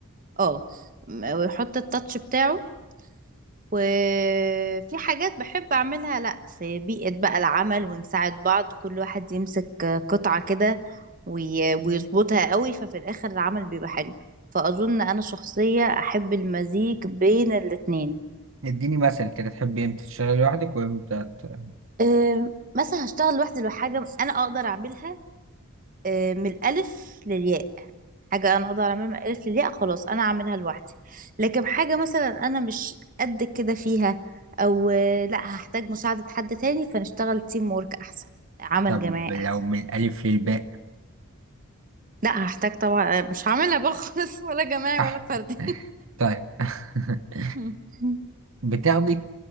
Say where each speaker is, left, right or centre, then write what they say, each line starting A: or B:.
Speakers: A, on the right; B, on the right.
A: اه م- ويحط التاتش بتاعه وفي حاجات بحب أعملها لأ في بيئة بقى العمل ونساعد بعض كل واحد يمسك قطعة كده وي- ويظبطها قوي ففي الآخر العمل بيبقى حلو فأظن أنا شخصية أحب المزيج بين الاتنين
B: اديني مثل كده تحبي امتى تشتغلي لوحدك وامتى ت...
A: أم، مثلا هشتغل لوحدي لو حاجة أنا أقدر أعملها أم، من الألف للياء حاجة أنا أقدر أعملها ما قالت لي لأ خلاص أنا أعملها لوحدي لكن حاجة مثلا أنا مش قد كده فيها أو آه، لأ هحتاج مساعدة حد تاني فنشتغل تيم وورك أحسن عمل
B: طب
A: جماعي
B: لو
A: أحسن
B: من الألف للباء
A: لأ هحتاج طبعا آه، مش هعملها بقى خالص ولا جماعي
B: أح.
A: ولا فردي
B: <laughs> طيب <laughs>
A: <laughs>
B: بتاخدي